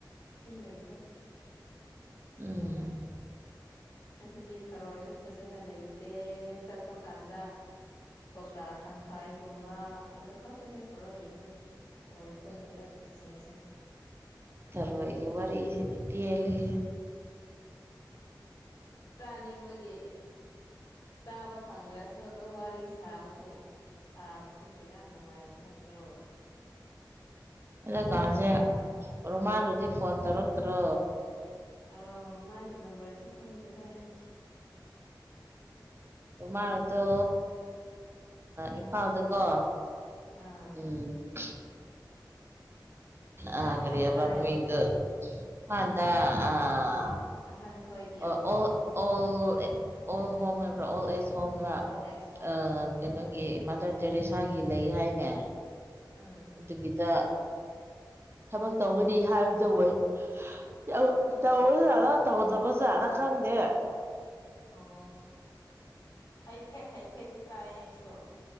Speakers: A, on the left; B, on the right.
A: ꯏꯁꯤꯡ ꯂꯩꯇꯦ
B: ꯎꯝ
A: ꯑꯗꯨꯒꯤ ꯊꯔꯣꯏꯁꯨ ꯐꯖꯅ ꯂꯩꯇꯦ ꯆꯠꯄ ꯀꯥꯟꯗ ꯀꯧꯇꯥ ꯇꯪꯈꯥꯏꯒꯨꯝꯕ ꯑꯗꯨ ꯈꯛꯇꯅꯦ ꯄꯨꯔꯛꯂꯤꯁꯦ ꯊꯔꯣꯏ ꯈꯨꯟꯕ ꯆꯠꯄꯤꯁꯤꯡꯁꯦ
B: ꯇꯔꯨꯏꯒꯤ ꯋꯥꯔꯤꯁꯤꯗꯤ ꯄꯦꯜꯂꯦꯍꯦ
A: ꯆꯥꯅꯤꯡꯕꯒꯤ ꯆꯥꯕ ꯐꯪꯗ꯭ꯔꯁꯨ ꯑꯗꯨꯝ ꯋꯥꯔꯤ ꯁꯥꯕꯕꯨ ꯁꯥꯕꯁꯤꯕꯨ ꯌꯥꯝ ꯅꯨꯡꯉꯥꯏꯕ ꯅꯠꯇ꯭ꯔꯣ <inaudible>
B: ꯑꯦ ꯀꯥꯟꯁꯦ ꯔꯨꯃꯥꯔ ꯍꯧꯗꯤ ꯐꯣꯟ ꯇꯧꯔꯛ ꯇꯔꯣ
A: ꯑꯧ ꯃꯥꯒꯤ ꯅꯝꯕꯔꯁꯨ ꯈꯪꯗꯦꯗ ꯑꯩ
B: ꯎꯃꯥꯔꯗꯣ ꯏꯝꯐꯥꯜꯗꯀꯣ
A: ꯑꯥ
B: ꯎꯝ ꯑ ꯑꯥ
A: ꯍꯥꯏꯐꯦꯠ
B: ꯀꯔꯤꯕ
A: ꯇꯥꯏ
B: ꯃꯥꯃꯤꯗ ꯐꯥꯟꯗ ꯑꯥ
A: ꯑꯍꯥꯟ ꯈꯣꯏꯒꯤ
B: ꯑꯣ ꯑꯣꯜ ꯑꯣꯜ ꯍꯣꯝ ꯍꯥꯏꯕ꯭ꯔꯥ ꯑꯣꯜ ꯑꯦꯖ ꯍꫭꯝꯔꯥ
A: ꯑꯣꯜ ꯑꯦꯖ ꯍꯣꯝ
B: ꯑꯃꯥ
A: ꯎꯝ
B: ꯀꯩꯅꯣ ꯒꯤ ꯃꯥꯗꯔ ꯇꯦꯔꯦꯁꯥꯒꯤ ꯂꯩ ꯍꯥꯏꯅꯦ
A: ꯎꯝ
B: ꯑꯗꯨꯒꯤꯗ ꯊꯕꯛ ꯇꯧꯕꯒꯗꯤ ꯍꯥꯏꯔꯕꯗ ꯑꯣꯏ ꯌꯥꯝ
A: ꯑꯣ
B: ꯇꯧ
A: ꯑꯣ ꯑꯣ
B: ꯖꯥꯠꯂꯥ ꯇꯧꯍꯧꯗꯕ ꯖꯥꯠꯂꯥ ꯈꯪꯗꯦ
A: ꯑꯣ ꯍꯥꯏꯐꯦꯠ ꯍꯥꯏꯐꯦꯠꯗꯤ ꯇꯥꯏ ꯑꯩꯁꯨ